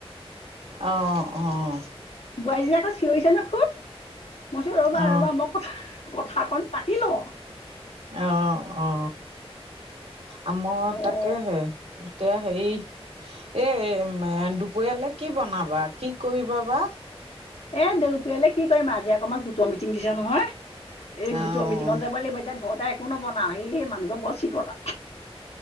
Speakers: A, on the right; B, on the left.
A: আহ অহ।
B: বোৱাৰীজনী আকৌ চিঞৰিছে ন খুব মই কৈছোঁ ৰ'বা
A: অ',
B: ৰ'বা ম কথাকন পাতি লওঁ।
A: অ অ আম'
B: অ'
A: তাকে হে এতিয়া হেৰি এই দুপৰীয়ালৈ কি বনাবা কি কৰিব বা?
B: এ দেউপুৰীয়ালে কি কৰিম আজি অকণমান গোটৰ মিটিং দিছে নহয়। এই
A: অ',
B: গোটৰ মিটিঙত যাব লাগিব এতিয়া ঘৰত আৰু একো নবনাও এই মানুহ ঘৰত বৰ চিকতা।